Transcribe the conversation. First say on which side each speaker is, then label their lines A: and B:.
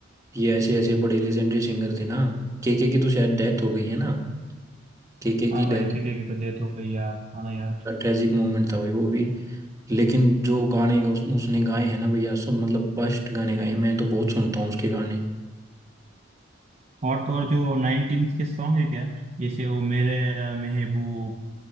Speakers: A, on the right (about 15°); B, on the right (about 35°).
A: ये ऐसे ऐसे बड़े लेजेंडरी सिंगर थे ना के के की तो शायद डेथ हो गई है ना केके
B: हाँ
A: की
B: भाई
A: डेथ
B: के के की तो डेथ हो गई यार हाँ ना यार
A: ट्रेजिक मोमेंट था भाई वो भी लेकिन जो गाने उस, उसने गाए हैं ना भैया सब मतलब बेस्ट गाने गाए हैं मैं तो बहुत सुनता हूँ उसके गाने
B: और तो और जो नाइनटीन के सॉन्ग है क्या जैसे वो मेरे महबूब